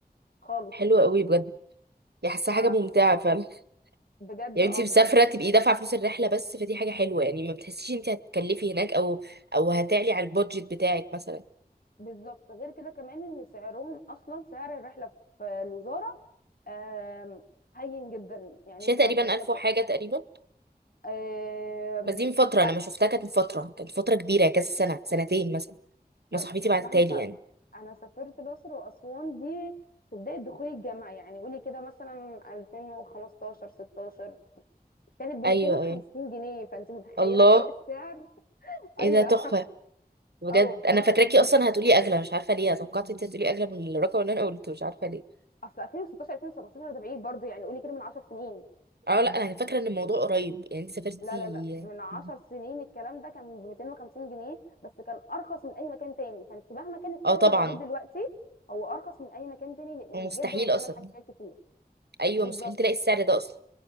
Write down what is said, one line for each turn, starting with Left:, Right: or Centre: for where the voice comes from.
Left: خالص
Right: حلوه قوي بجد يعني حاسه
Left: ف
Right: حاجه ممتعه فعلا
Left: بجد
Right: يعني
Left: اه
Right: انت مسافره
Left: بجد
Right: تبقي دافعه فلوس الرحله بس فدي حاجه حلوه يعني ما بتحسيش انت هتكلفي هناك او او هتعلي على البودجت بتاعك مثلا
Left: بالظبط غير كده كمان ان سعرهم اصلا سعر الرحله في الوزاره آم، هين جدا يعني
Right: شيء
Left: انت
Right: تقريبا
Left: لو فكرت
Right: 1000 وحاجه تقريبا
Left: آم،
Right: بس دي من فتره
Left: مش عارفه
Right: انا ما شفتها كانت من فتره كانت فتره كبيره كذا سنه سنتين مثلا ما
Left: آم،
Right: صاحبتي
Left: الصراحه
Right: بعتتها
Left: مش
Right: لي
Left: عارفه
Right: يعني
Left: انا سافرت الاقصر واسوان دي في بدايه دخولي الجامعه يعني قولي كده مثلا 2015 16 كانت ب
Right: ايوه
Left: 250
Right: ايوه
Left: جنيه فانت متخيله
Right: الله
Left: فرق السعر
Right: ايه
Left: ايوه
Right: ده تحفه بجد
Left: او
Right: انا
Left: ف
Right: فاكراكي اصلا هتقولي اغلى مش عارفه ليه توقعت انت هتقولي اغلى من الرقم اللي انا قلته مش عارفه ليه
Left: اصل 2016 2017 ده بعيد برضه يعني قولي كده من 10 سنين
Right: اه لا انا فاكره ان الموضوع قريب يعني انت سافرتي
Left: لا لا لا من 10
Right: <laughs>
Left: سنين الكلام ده كان ب 250 جنيه بس كان ارخص من اي مكان تاني فانت مهما كان السعر
Right: اه طبعا
Left: اللي موجود دلوقتي هو ارخص من اي مكان تاني لان
Right: ومستحيل
Left: بجد هو شامل
Right: اصلا
Left: حاجات كتير
Right: ايوه
Left: بالظبط
Right: مستحيل تلاقي السعر ده اصلا